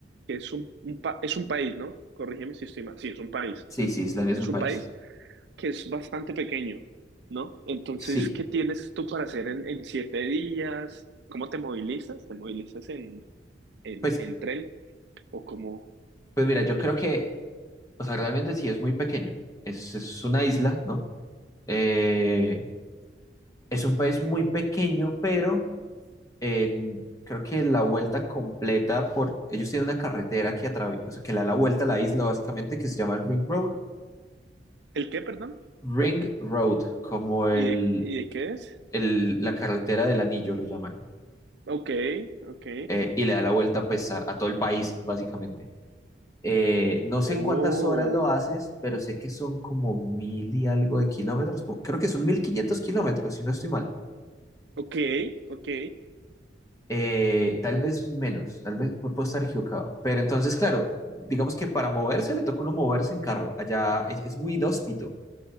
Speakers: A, on the right; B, on the left.
A: que es un, un pa- es un país, ¿no? Corrígeme si estoy mal. Sí, es un país.
B: Sí, sí, Islandia
A: Es
B: es un
A: un
B: país.
A: país que es bastante pequeño, ¿no? Entonces,
B: Sí.
A: ¿qué tienes tú para hacer en, en siete días? ¿Cómo te movilizas? ¿Te movilizas en, en,
B: Pues,
A: en tren? ¿O cómo?
B: pues mira, yo creo que, o sea, realmente sí es muy pequeño. Es, es una isla, ¿no? Eh, es un país muy pequeño, pero en- creo que la vuelta completa por... Ellos tienen una carretera que atraviesa, o sea, que le da la vuelta a la isla básicamente, que se llama el Ring Road.
A: ¿El qué, perdón?
B: Ring Road, como el,
A: ¿Y de, y de qué es?
B: el- la carretera del anillo lo llaman.
A: Ok, ok.
B: eh, y le da la vuelta pues a, a todo el país, básicamente. Eh, no sé
A: Oh,
B: en cuántas horas lo haces, pero sé que son como mil y algo de kilómetros, como- creo que son 1500 kilómetros, si no estoy mal.
A: ok, ok.
B: Eh, tal vez menos, tal vez pu- puedo estar equivocado. Pero entonces, claro, digamos que para moverse le toca uno moverse en carro. Allá es, es muy inhóspito.